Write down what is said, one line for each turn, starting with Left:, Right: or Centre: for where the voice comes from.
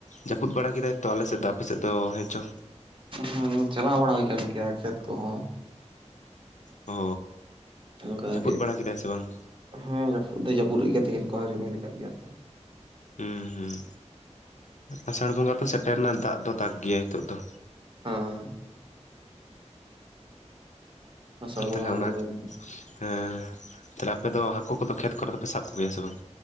Left: ᱡᱟᱹᱯᱩᱫ ᱵᱟᱲᱟ ᱠᱮᱫᱟᱭ ᱛᱚ ᱟᱞᱮ ᱥᱮᱫ ᱫᱚ, ᱟᱯᱮ ᱥᱮᱫ ᱫᱚ ᱦᱮᱸᱪᱚ?
Right: ᱦᱮᱸ ᱪᱟᱞᱟᱣ ᱵᱟᱲᱟ ᱦᱩᱭ ᱠᱟᱱ ᱜᱮᱭᱟ ᱠᱷᱮᱛ ᱠᱚᱦᱚᱸ᱾
Left: ᱚ
Right: ᱚᱱᱠᱟᱜᱮ
Left: ᱡᱟᱹᱯᱩᱫ ᱵᱟᱲᱟ ᱠᱮᱫᱟᱭ ᱥᱮ ᱵᱟᱝ
Right: ᱦᱮᱸ ᱡᱟᱹᱯᱩᱫ ᱫᱚ ᱡᱟᱹᱯᱩᱫ ᱜᱮᱭᱟ ᱛᱮᱦᱮᱧ ᱠᱚ ᱦᱚᱸᱭ ᱨᱤᱢᱤᱞ ᱟᱠᱟᱫ ᱜᱮᱭᱟ ᱛᱚ᱾
Left: ᱦᱮᱸ ᱦᱮᱸ ᱟᱥᱟᱲ ᱵᱚᱸᱜᱟ ᱫᱚ ᱥᱮᱴᱮᱨᱱᱟ ᱫᱟᱜ ᱫᱚ ᱫᱟᱜ ᱜᱮᱭᱟ ᱱᱤᱛᱚᱜ ᱫᱚ᱾
Right: ᱦᱟᱸ ᱟᱥᱟᱲ
Left: ᱦᱮᱸ
Right: ᱵᱚᱸᱜᱟ
Left: <inaudible> ᱛᱟᱦᱞᱮ
Right: ᱦᱚᱸ
Left: ᱚᱱᱟ
Right: ᱵᱚᱞᱚᱭᱮᱱᱟ
Left: ᱦᱮᱸ ᱛᱟᱦᱚᱞᱮ ᱟᱯᱮ ᱫᱚ ᱦᱟᱹᱠᱩ ᱠᱚᱫᱚ ᱠᱷᱮᱛ ᱠᱚᱨᱮ ᱫᱚᱯᱮ ᱥᱟᱵ ᱠᱚᱜᱮᱭᱟ ᱥᱮ ᱵᱟᱝ?